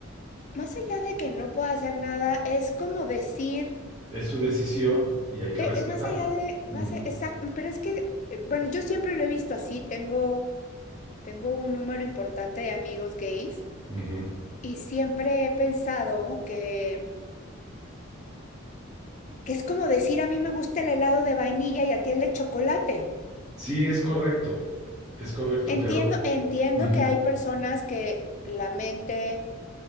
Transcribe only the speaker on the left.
más allá de que no pueda hacer nada, es como decir,
de,
eh, más allá de,
más exacto, pero es que, eh, bueno, yo siempre lo he visto así, tengo, tengo un número importante de amigos gays
y siempre he pensado que, que es como decir a mí me gusta el helado de vainilla y a ti el de chocolate.
Entiendo,
entiendo
que hay personas que la mente